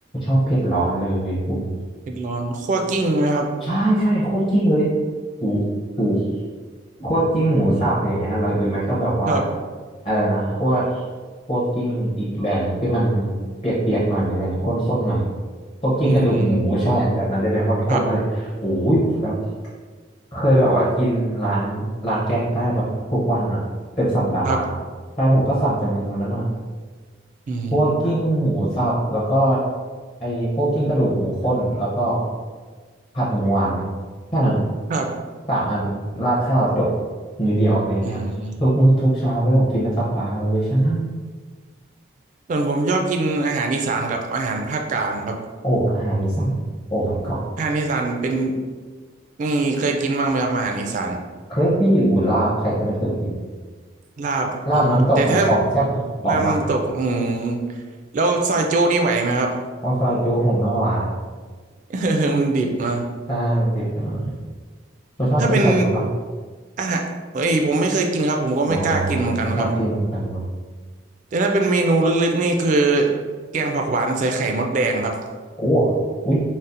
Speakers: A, on the left; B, on the right.
A: ชอบเผ็ดร้อนเลยคุณ
B: เผ็ดร้อนคั่วกลิ้งนะครับ
A: ใช่ใช่คั่วกลิ้งเลยถูกถูกคั่วกลิ้งหมูสับอย่างเงี้ยแล้วหรือไม่ก็แบบว่า
B: ครับ
A: อะไรนะคั่วคั่วกลิ้งอีกแบบหนึ่งที่มันเปียกๆหน่อยอะไรเงี้ยข้นๆหน่อยคั่วกลิ้งกระดูกหมูใช่แบบนั้นจะเป็นข้นๆนั่นแหละโอ้ยผมแบบ
B: อืมครับ
A: เคยแบบว่ากินร้านร้านแกงใต้แบบทุกวันอ่ะเป็นสัปดาห์
B: ครับ
A: ใช่ผมก็สั่งแต่เมนูนั้นอ่ะ
B: อืม
A: พวกกิ้งหมูสับแล้วก็ไอ้พวกกิ้งกระดูกหมูข้นแล้วก็ผัดหมูหวานแค่นั้น
B: ครับ
A: สามอันราดข้าวจบมื้อเดียวอะไรเงี้ยทุกมื้อทุกเช้าแล้วผมกินเป็นสัปดาห์เลยใช่
B: อืมส่วนผมชอบกินอาหารอีสานกับอาหารภาคกลางครับ
A: โอ้อาหารอีสานโอ้ my god
B: อาหารอีสานเป็นนี่เคยกินบ้างไหมครับอาหารอีสาน
A: เคยที่อยู่ลาบใครจะไม่เคยกิน
B: ลาบอ๋อแต่ถ้า
A: ลาบน้ำตกไอ้ของแซ่บของมักอ่ะ
B: ลาบน้ำตกอืมแล้วซอยจูนี่ไหวไหมครับ
A: โอ้ซอยจุผมไม่ไหว
B: <laughs> มันดิบนะ
A: ใช่มันเจ็บหน่อยคุณชอบกินซอยจุปะ
B: ถ้าเป็นอาหารเอ้ยผมไม่เคยกินครับผมก็ไม่กล้ากินเหมือนกันครับ
A: อ๋อไม่กล้ากินเหมือนกัน
B: แต่ถ้าเป็นเมนูลึกๆนี่คือแกงผักหวานใส่ไข่มดแดงครับ
A: โอ้อุ๊ย